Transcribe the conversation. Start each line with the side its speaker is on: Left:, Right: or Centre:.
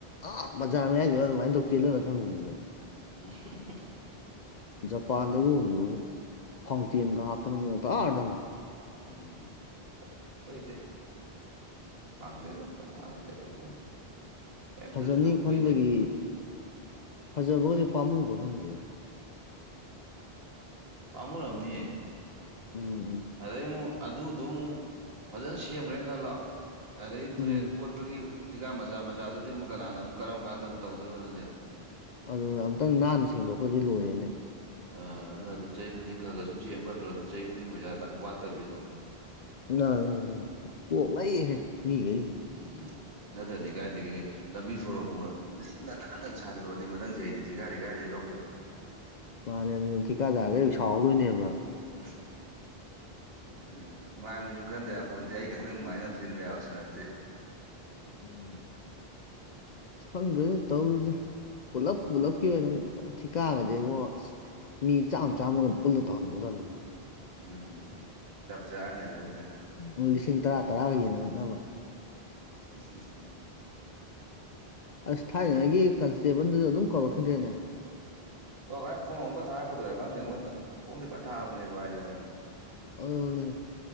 Left: ꯑꯥ ꯕꯖꯥꯔ ꯃꯌꯥꯏꯗꯨ ꯑꯗꯨꯃꯥꯏꯟ ꯇꯧ ꯆꯦꯜꯍꯜꯂ ꯊꯝꯃꯤꯅꯤꯅꯦ
Right: <unintelligible>
Left: ꯖꯄꯥꯟꯗꯒ ꯑꯣꯏꯌꯣꯕꯨ ꯐꯥꯎꯟꯇꯦꯟꯒ ꯍꯥꯞꯇꯅ ꯃꯑꯣꯡ ꯇꯥꯔꯗꯕꯅꯤ
Right: ꯎꯝ ꯍꯣꯏꯗ ꯈꯪꯗꯦꯗ ꯀꯥꯅꯅ ꯀꯩꯗꯧꯗꯣꯏꯅꯣ ꯀꯩꯝꯇꯁꯨ
Left: ꯐꯖꯅꯤ
Right: ꯇꯧꯕꯤꯗꯦ
Left: ꯈꯟꯕꯒꯤ ꯐꯖꯕꯒꯖꯦ ꯄꯥꯝꯃꯨꯕꯔ ꯈꯪꯗꯦ
Right: ꯄꯥꯝꯃꯨꯨꯔꯝꯅꯤꯌꯦ
Left: ꯎꯝ ꯎꯝ
Right: ꯑꯗꯩ ꯑꯃꯨꯛ ꯑꯗꯨꯗꯣ ꯑꯃꯨꯛ ꯐꯖꯅ ꯁꯦꯝꯒ꯭ꯔꯦꯅ ꯈꯜꯂꯣ ꯑꯗꯩ ꯇꯨꯔꯦꯟ
Left: ꯎꯝ
Right: ꯀꯣꯠꯄꯒꯤ ꯗꯤꯒꯥꯥ ꯃꯆꯥ ꯃꯆꯥꯗꯨꯗꯤ ꯑꯃꯨꯛ ꯀꯅꯥꯅ ꯑꯃꯨꯛ ꯀꯔꯝ ꯀꯥꯟꯗ ꯑꯃꯨꯛ ꯇꯧꯗꯣꯏꯕ ꯑꯗꯨꯗꯤ
Left: ꯑꯗꯨꯅ ꯑꯝꯇꯪ ꯅꯥꯟꯅ ꯁꯦꯡꯗꯣꯛꯈ꯭ꯔꯗꯤ ꯂꯣꯏꯔꯦꯅꯦ
Right: ꯑ ꯑꯗꯨꯅ ꯑꯗꯨꯝ ꯆꯍꯤ ꯈꯨꯗꯤꯡ ꯈꯔ ꯈꯔ ꯁꯨꯝ ꯁꯦꯡ ꯐꯠꯇ꯭ꯔꯣ ꯑꯗꯨꯝ ꯆꯍꯤ ꯈꯨꯗꯤꯡꯒꯤ ꯄꯩꯁꯥ ꯋꯥꯠꯇꯕꯤꯗ ꯑꯗꯨꯝ
Left: ꯅ ꯀꯣꯛꯂꯩꯍꯦ ꯃꯤꯒꯩꯁꯦ
Right: ꯎꯝ ꯅꯠꯇꯔꯗꯤ ꯀꯥꯏꯗꯒꯤ ꯂꯝꯕꯤ ꯁꯣꯔꯣꯛꯄꯨ ꯂꯤꯁꯤꯡꯅ ꯅꯥꯟꯅ ꯁꯥꯖꯜꯂꯣꯗꯤ ꯃꯊꯪ ꯆꯍꯤꯗꯤ ꯊꯤꯀꯗꯤ ꯀꯥꯏꯗꯩ ꯂꯧꯗꯣꯏꯕ
Left: ꯃꯥꯅꯦ ꯑꯗꯨꯅ ꯊꯤꯀꯥꯗꯥꯔꯒꯩꯖꯨ ꯁꯥꯎꯗꯣꯏꯅꯦꯕ
Right: <unintelligible> ꯑꯗꯨꯅꯦ ꯃꯌꯥꯝꯒꯤꯖꯨ ꯈꯟꯗ ꯌꯥꯟꯄꯣꯠꯇꯦ ꯑꯩ ꯈꯛꯇꯪ ꯅꯨꯡꯉꯥꯏꯅꯕ ꯁꯤꯟꯕ ꯌꯥꯕꯁꯨ ꯅꯠꯇꯦ
Left: ꯎꯝ ꯑꯁ ꯈꯪꯗ꯭ꯔꯦꯗ ꯇꯧꯔꯤꯖꯦ ꯄꯨꯂꯞ ꯄꯨꯂꯞꯀꯤ ꯑꯣꯏꯅ ꯊꯤꯀꯥꯒꯁꯦꯕꯣ ꯑꯁ ꯃꯤ ꯆꯥꯝ ꯆꯥꯝꯃꯒ ꯄꯨꯜꯂ ꯇꯧꯍꯟꯒꯗꯕꯅꯤ
Right: ꯎꯝ ꯆꯞ ꯆꯥꯔꯅꯤ ꯑꯗꯩꯗꯤ
Left: ꯃꯣꯏ ꯂꯤꯁꯤꯡ ꯇꯔꯥ ꯇꯔꯥꯒ ꯌꯦꯟꯅꯅꯕ
Right: <unintelligible>
Left: ꯑꯁ ꯊꯥꯏꯅꯉꯩꯒꯤ ꯀꯟꯁꯇꯦꯕꯜꯗꯨꯖꯨ ꯑꯗꯨꯝ ꯀꯧꯔꯛꯈꯤꯗ꯭ꯔꯦꯅꯦ
Right: ꯇꯣꯛꯈꯔꯦ ꯐꯣꯝ ꯑꯃꯨꯛꯀ ꯊꯥꯔꯛꯀꯗꯣꯏꯔ ꯈꯪꯗꯦ ꯃꯣꯏꯗꯣ ꯐꯣꯝꯗꯤ ꯐꯅꯥ ꯊꯥꯕꯅꯦꯕ ꯚꯥꯏꯖꯦ
Left: ꯑꯗꯨꯅꯦ